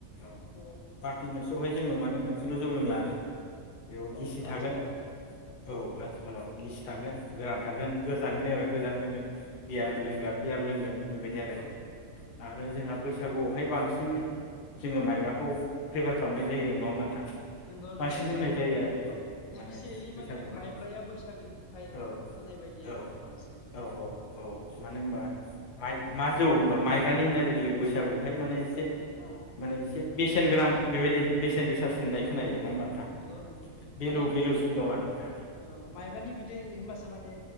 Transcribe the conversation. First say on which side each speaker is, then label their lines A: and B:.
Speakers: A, on the left; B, on the left.
A: औ
B: बर'
A: पार्टि मोनसेयावहाय जोंङो माने मोन सेल जौ लोंला आरो। बेयाव गिसि
B: औ
A: थागोन
B: आथिखालाव
A: औ आ खालाव गिसि थागोन गोरान थागोन गोजानि
B: गोरान
A: लोंग्राया
B: थागोन
A: गोजानि लोंगोन बियार
B: औ
A: लोंग्राया बियार लोंगोन बे बायदि आरो
B: औ औ
A: आरो बैसा सागुआवहाय बांसिन जोंङो माइब्राखौ प्रिफार खालामनाय जायो नंङा होमबा नोंथां?
B: नंगौ
A: बांसिन
B: नंगौ नोंथां
A: लोंनाय जायो आरो
B: औ
A: माने
B: स्पिसियेलि
A: बैसागुआवहाय
B: माने माइब्राया बैसागोनि थाखाय होननाय
A: औ
B: बायदि
A: औ
B: आरो बांसिन
A: औ औ औ मानो होनबा
B: ए
A: माइ मा जौ होनबा माइब्रानि होननाय लोगो लोगो बैस सागुआवहाय माने से
B: औ
A: माने एसे बेसेन गोनां बेबायदि बेसेन गोसा सिननाय खोनायो। नङा होमबा नोंथां
B: नंगौ नंगौ
A: भेलु
B: माने
A: भेलुसिन दं आरो बेहा
B: औ माइब्रानि बिदै होनबासो माने